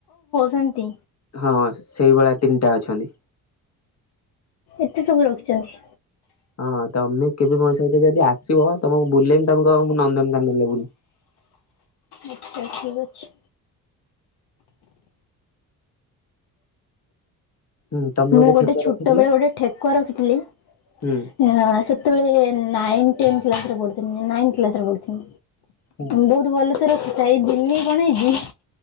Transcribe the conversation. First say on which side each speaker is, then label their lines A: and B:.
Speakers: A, on the left; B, on the left.
A: ଶନ୍ତି
B: ହଁ ସେଇଭଳିଆ ତିନିଟା ଅଛନ୍ତି।
A: ଏତେ ସବୁ ରଖିଛନ୍ତି।
B: ହଁ ତମେ କେବେ ମୋ ସହିତ ଯଦି ଆସିବ ତମକୁ ବୁଲେେଇମି ତମକୁ ନନ୍ଦନକାନନଲେ ବୁଲି
A: ଆଚ୍ଛା ଠିକ ଅଛି।
B: ହୁଁ ତମେ
A: ମୁଁ ଗୋଟେ
B: ଠେକୁଆ
A: ଛୋଟ
B: ରଖିଥିଲ
A: ବେଳେ ଗୋଟେ ଠେକ ରଖି ଥିଲି।
B: ହୁଁ
A: ହଁ ସତ ସେତେବେଳେ ନାଇଁନ୍ ଟେନ୍ କ୍ଲାସରେ ପଢୁ ଥିଲି ନାଇନି କ୍ଲାସ୍ ରେ ପଢ଼ୁଥିଲି।
B: ହଁ
A: ବହୁତ ଭଲ ରଖିଥା ଏଇ ଦିନି କଣ ହେଇଛି